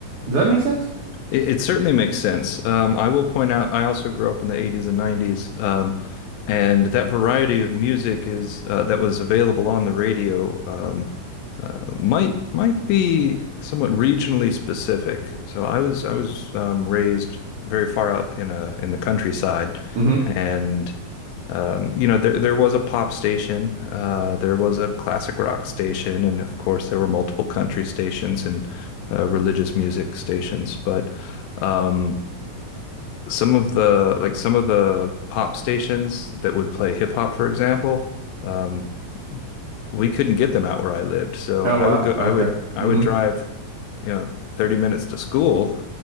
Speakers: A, on the right (about 80°); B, on the left (about 80°).
A: Does that make sense?
B: It, it certainly makes sense. Um, I will point out, I also grew up in the 80s and 90s, um, and that variety of music is uh, that was available on the radio um, uh, might might be somewhat regionally specific. So I was I was um, raised very far out in a in the countryside,
A: hmm
B: and um, you know there there was a pop station, uh, there was a classic rock station, and of course there were multiple country stations and uh, religious music stations, but um, some of the like some of the pop stations that would play hip hop, for example, um, we couldn't get them out where I lived. So
A: Oh
B: I
A: wow.
B: would go, I
A: Okay.
B: would, I
A: hmm
B: would drive, you know, 30 minutes to school,